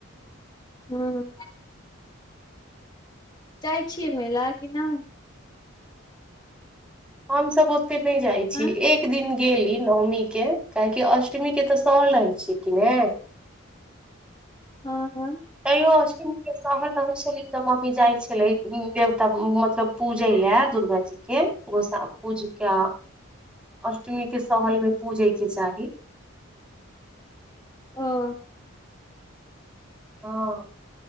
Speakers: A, on the left; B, in the centre.
A: हूँ जाइ छियै मेला की नहि
B: हम सभ ओ- -त्ते नहि जाइ छी
A: हँ
B: एक दिन गेली नौमी के काहेकि अष्टमी के तऽ सहल रहै छियै की ने
A: हँ हँ
B: तैयो अष्टमीके सहल रहै छली तऽ मम्मी जाइ छलै देवता मतलब पूजय लाए दुर्गाजीके गोसा पूजि कऽ अष्टमीके सहलमे पूजयके चाही
A: हँ
B: हँ